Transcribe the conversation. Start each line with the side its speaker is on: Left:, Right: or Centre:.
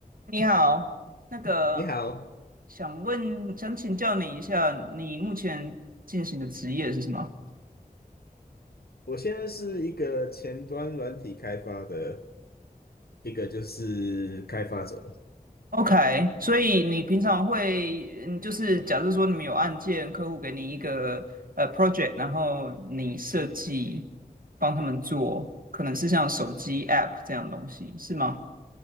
Right: 你好，那个
Left: 你好，
Right: 想问，想请教你一下，你目前进行的职业是什么
Left: 我现在是一个前端软体开发的一个就是开发者，
Right: ？OK，所以你平常会，嗯，就是假设说你们有案件，客户给你一个呃 project，然后你设计帮他们做，可能是像手机 app 这样的东西，是吗？